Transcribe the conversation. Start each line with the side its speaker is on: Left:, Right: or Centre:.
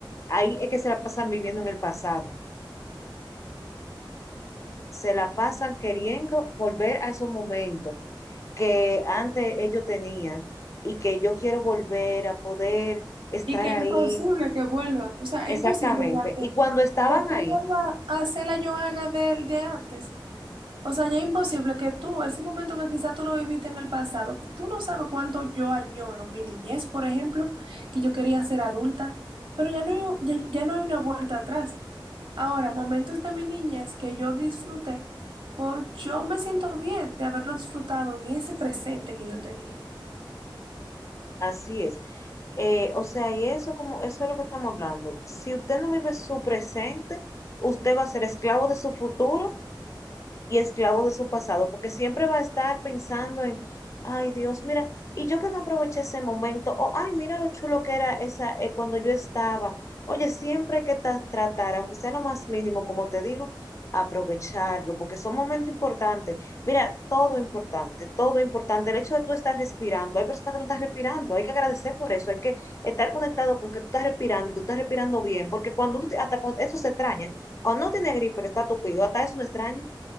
Left: ahí es que se la pasan viviendo en el pasado. Se la pasan queriendo volver a esos momentos que antes ellos tenían y que yo quiero volver a poder estar
Right: Y que
Left: ahí.
Right: es imposible que vuelvan, o sea, es
Left: Exactamente.
Right: imposible ya que,
Left: Y cuando estaban
Right: que tú
Left: ahí,
Right: vuelvas a ser la Joana de, de antes. O sea, ya es imposible que tú, es un momento que quizás tú lo viviste en el pasado. Tú no sabes cuánto yo añoro mi niñez, por ejemplo, que yo quería ser adulta, pero ya no hay, ya, ya no hay una vuelta atrás. Ahora, momentos de mi niñez que yo disfruté, pues yo me siento bien de haberlo disfrutado en ese presente que yo tenía.
Left: así es, Eh, o sea, y eso como eso es lo que estamos hablando. Si usted no vive su presente, usted va a ser esclavo de su futuro y esclavo de su pasado, porque siempre va a estar pensando en, ay Dios, mira, y yo que no aproveché ese momento, o ay, mira lo chulo que era esa eh, cuando yo estaba. Oye, siempre hay que ta- tratar, aunque sea lo más mínimo, como te digo, aprovecharlo, porque son momentos importantes. Mira, todo importante, todo importante. El hecho de tú estar respirando, hay personas que no están respirando, hay que agradecer por eso, hay que estar conectado con que tú estás respirando, y que tú estás respirando bien, porque cuando uno, te- hasta cuando- eso se extraña, cuando uno tiene gripe, que está tupido, hasta eso no extraña.